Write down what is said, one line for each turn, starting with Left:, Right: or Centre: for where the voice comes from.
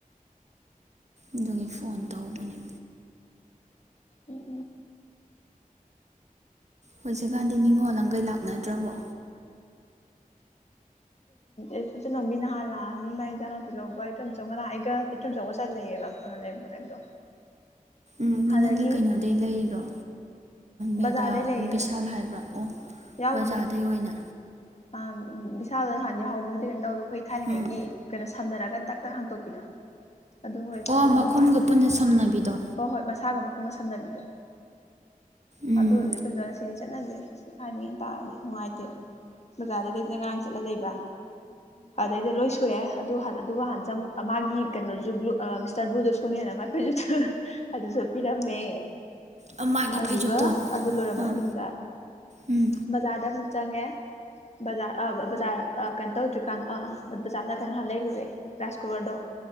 Right: ꯑꯗꯨꯒꯤ ꯐꯣꯟ ꯇꯧꯕꯅꯦ꯫
Left: ꯎꯝ
Right: ꯍꯧꯖꯤꯛꯀꯥꯟꯗꯤ ꯅꯤꯉꯣꯜꯈꯩ ꯂꯥꯛꯅꯗ꯭ꯔꯕꯣ?
Left: ꯏꯤꯆꯤꯜꯅꯥꯎ ꯃꯤ ꯅꯍꯥꯟꯂꯛꯑꯅꯤꯅ ꯏꯟꯖꯥꯡ ꯅꯥꯄꯤꯤ ꯂꯧꯕ ꯏꯇ ꯑꯆꯧ ꯉꯔꯥꯡ ꯑꯩꯒ ꯏꯇꯨꯝꯆꯧꯒ ꯆꯠ ꯂꯩꯌꯦꯕ ꯂꯩꯕꯗꯣ꯫
Right: ꯎꯝ
Left: ꯑꯗꯒꯤ
Right: ꯅꯪꯒꯤ ꯀꯩꯅꯣꯗꯩ ꯂꯩꯔꯤꯔꯣ? ꯃꯦꯒꯥ
Left: ꯕꯖꯥꯔꯗꯩ ꯂꯩꯌꯦ
Right: ꯕꯤꯚꯤꯁꯥꯜ ꯍꯥꯏꯕ꯭ꯔꯥ ꯑꯣ!
Left: ꯌꯥꯎꯗꯦ
Right: ꯕꯖꯥꯔꯗꯩ ꯑꯣꯏꯅ
Left: ꯑꯥ ꯕꯤꯁꯥꯜꯗ ꯅꯍꯥꯟ ꯌꯥꯍꯥꯎꯕꯗꯨꯗꯤ ꯀꯩꯅꯣ ꯇꯧꯗꯣ ꯑꯩꯈꯣꯏ ꯊꯥꯏꯅꯉꯩꯒꯤ
Right: ꯎꯝ
Left: ꯀꯩꯅꯣ ꯁꯝꯅꯔꯒ ꯇꯛ ꯇꯛ ꯍꯥꯡꯇꯣꯛ ꯄꯤꯗꯣ ꯑꯗꯨ ꯑꯣꯏꯕ
Right: ꯑꯣ
Left: ꯑꯗꯨꯅ
Right: ꯃꯈꯨꯝꯒ
Left: ꯅꯨꯡꯉꯥꯏꯗꯣꯏꯅꯤ
Right: ꯄꯨꯟꯅ ꯁꯝꯅꯕꯤꯗꯣ
Left: ꯍꯣꯏ - ꯍꯣꯏ ꯃꯁꯥꯒ ꯃꯈꯣꯡ ꯒꯥ ꯁꯥ ꯁꯝꯅꯕꯤꯗꯣ꯫
Right: ꯎꯝ
Left: ꯑꯗꯨ ꯑꯣꯏ <unintelligible> ꯁꯤꯗꯤ ꯆꯠꯅꯗꯔ꯭ꯦꯌꯦ꯫ ꯊꯥꯅꯤꯡ ꯇꯥꯔꯗꯤ ꯅꯨꯡꯉꯥꯏꯇꯦ꯫ ꯕꯖꯥꯔꯗꯒꯤ ꯑꯩꯖ ꯉꯔꯥꯡ ꯆꯠꯂ ꯂꯩꯕ꯫ ꯑꯗꯩꯗ ꯂꯣꯏ ꯊꯣꯛꯑꯦ ꯑꯗꯨ ꯑꯗꯨꯒ ꯍꯥꯟꯅ ꯆꯪ ꯃꯥꯒꯤ ꯀꯩꯅꯣꯁꯨ ꯕ꯭ꯂꯨ ꯃꯤꯁꯇꯔ ꯕ꯭ꯂꯨꯗ ꯁꯨꯅꯦꯅ ꯃꯥꯏꯈꯨꯁꯨ ꯑꯗꯨꯁꯨ ꯄꯤꯔꯝꯃꯦ꯫
Right: ꯎꯝ ꯃꯥꯒꯤ
Left: ꯑꯗꯨꯒ
Right: ꯐꯩꯖꯨꯞꯇꯣ
Left: ꯑꯗꯨ ꯂꯣꯏꯔꯕ
Right: ꯑꯥ
Left: ꯃꯇꯨꯡꯗ
Right: ꯎꯝ
Left: ꯕꯥꯖꯥꯔꯗꯥ ꯑꯃꯨꯛ ꯆꯥꯡ ꯉꯦ꯫ ꯕꯖꯥꯔ ꯑꯥ ꯕꯖꯥꯔ ꯀꯩꯅꯣ ꯇꯧꯗ꯭ꯔꯤꯀꯥꯟꯗ ꯑ ꯕꯖꯥꯔꯗ ꯀꯩꯅꯣ ꯍꯥꯟꯅ ꯂꯩꯔꯨꯔꯦ ꯔꯥꯏꯁ ꯀꯨꯀꯔꯗꯣ꯫